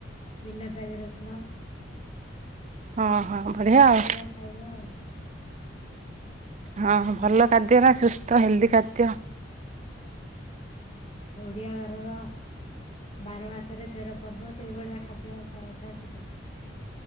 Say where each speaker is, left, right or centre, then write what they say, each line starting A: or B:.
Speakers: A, on the left; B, on the right.
A: ବିନା ପିଆଜ ରସୁଣ।
B: ହଁ ହଁ ବଢିଆ ଆଉ।
A: ଏଇଭଳିଆ ଖାଇବା ଆଉ
B: ହଁ ଭଲ ଖାଦ୍ୟ ନା ସୁସ୍ଥ ହେଲଦି ଖାଦ୍ୟ
A: ହଁ ଓଡିଆ ଘରର ବାର ମାସରେ ତେର ପର୍ବ ସେଇଭଳିଆ ଖାଦ୍ୟ ସାଧା ସିଧା